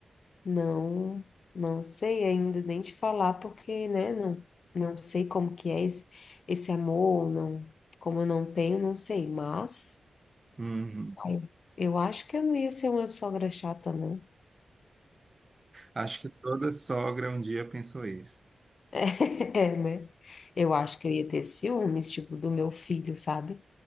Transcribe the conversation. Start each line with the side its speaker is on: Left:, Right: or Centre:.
Left: não, não sei ainda nem te falar, porque, né, não, não sei como que é esse, esse amor, não, como eu não tenho, não sei, mas
Right: Uhum.
Left: ai, eu acho que eu não ia ser uma sogra chata, não.
Right: Acho que toda sogra um dia pensou isso.
Left: <laughs> É, né? Eu acho que eu ia ter ciúmes, tipo, do meu filho, sabe?